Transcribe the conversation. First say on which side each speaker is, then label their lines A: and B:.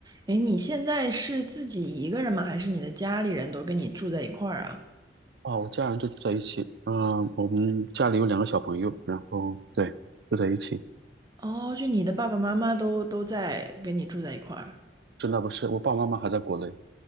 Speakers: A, on the right; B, on the right.
A: 诶，你现在是自己一个人吗？还是你的家里人都跟你住在一块儿啊？
B: 哦，我家人就住在一起。嗯、我们家里有两个小朋友，然后对，住在一起。
A: 哦，就你的爸爸妈妈都都在跟你住在一块儿。
B: 是那不是，我爸爸妈妈还在国内。